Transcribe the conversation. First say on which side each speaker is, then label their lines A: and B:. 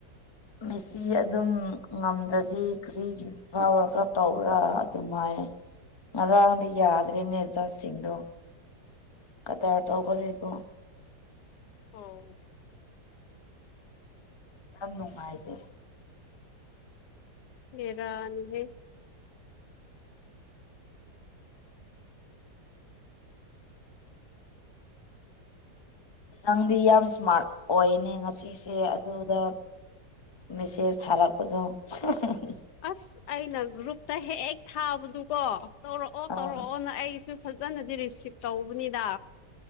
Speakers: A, on the left; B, on the left.
A: ꯃꯦꯁꯤ ꯑꯗꯨꯝ ꯉꯝꯗ꯭ꯔꯗꯤ ꯀꯔꯤꯒꯤ ꯐꯤꯐ ꯋꯜ ꯀꯥꯞ ꯇꯧꯕ꯭ꯔ ꯑꯗꯨꯃ ꯍꯥꯏ ꯉꯔꯡꯗꯤ ꯌꯥꯗ꯭ꯔꯦꯅꯦ ꯖꯥꯁꯁꯤꯡꯗꯣ ꯀꯗ꯭ꯔ ꯇꯧꯕꯒꯤꯀꯣ
B: ꯑꯣ
A: ꯌꯥꯝ ꯅꯨꯡꯉꯥꯏꯇꯦ
B: ꯕꯦꯔꯅꯤꯍꯦ
A: ꯅꯪꯗꯤ ꯌꯥꯝ ꯏꯁꯃꯥꯔꯠ ꯑꯣꯏꯅꯦ ꯉꯁꯤꯁꯦ ꯑꯗꯨꯗ ꯃꯦꯁꯦꯁ ꯊꯔꯛꯄꯗꯣ ꯍꯥꯍꯥ
B: ꯑꯁ ꯑꯩꯅ ꯒ꯭ꯔꯨꯞꯇ ꯍꯦꯛ ꯊꯥꯕꯗꯨꯀꯣ ꯇꯧꯔꯛꯑꯣ
A: ꯑꯥ
B: ꯇꯧꯔꯛꯑꯣꯅ ꯑꯩꯁꯨ ꯐꯖꯅꯗꯤ ꯔꯤꯁꯤꯞ ꯇꯧꯕꯅꯤꯗ